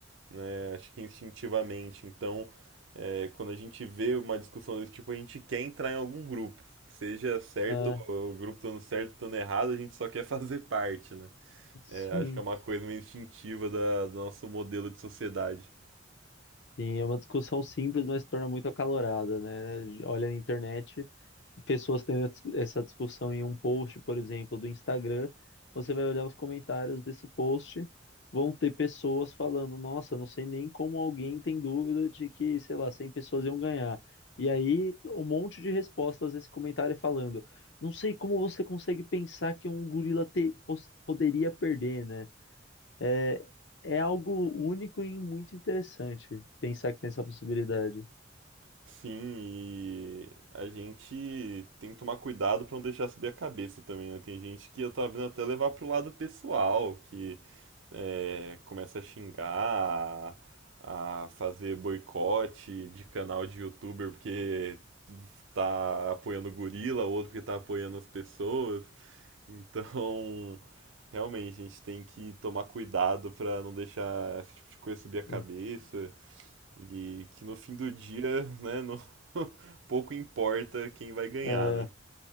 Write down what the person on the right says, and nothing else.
né? Acho que instintivamente. Então, é, quando a gente vê uma discussão desse tipo, a gente quer entrar em algum grupo. Seja certo,
ou o grupo estando certo, estando errado, a gente só quer <laughs> fazer parte, né?
É, acho que é uma coisa meio instintiva da, do nosso modelo de sociedade.
Sim, e a gente tem que tomar cuidado pra não deixar subir a cabeça também, né? Tem gente que eu tava vendo até levar pro lado pessoal, que é, começa a xingar, a fazer boicote de canal de youtuber porque tá apoiando o gorila, outro porque tá apoiando as pessoas. Então, <laughs> realmente, a gente tem que tomar cuidado pra não deixar esse tipo de coisa subir a cabeça.
E que no fim do dia, né, não- <laughs> pouco importa quem vai ganhar,
né?